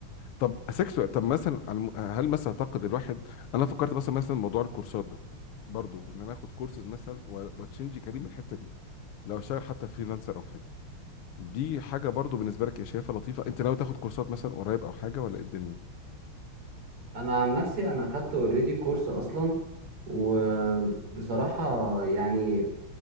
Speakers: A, on the left; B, on the right.
A: طب سكسو طب مثلا على الم- هل مثلا اعتقد الواحد انا فكرت مثلا مثلا موضوع الكورسات ده برضو ان انا اخد كورسز مثلا و- واتشنجي كريم الحته دي لو اشتغل حتى فريلانسر او حاجه دي حاجه برضو بالنسبه لك ايه شايفها لطيفه انت ناوي تاخد كورسات مثلا قريب او حاجه ولا ايه الدنيا
B: أنا عن نفسي أنا خدت أوريدي كورس أصلا وبصراحة يعني